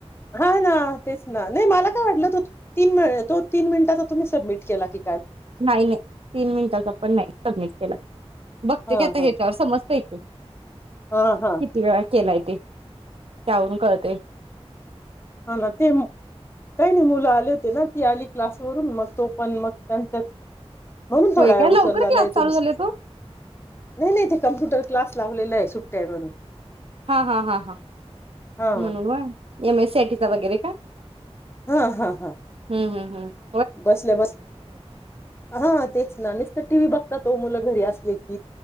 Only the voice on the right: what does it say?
नाही नाही तीन मिनिटाच पण नाही सबमिट केला. बघते
की आता
ह्याच्यावर समजतय की
किती वेळा केलाय. त्यावरून कळतंय.
होय काय लवकर
क्लास
चालू
झाले तो
हा हा हा हा
म्हणून होय. M S C I T चा वगैरे का.
ह हा हां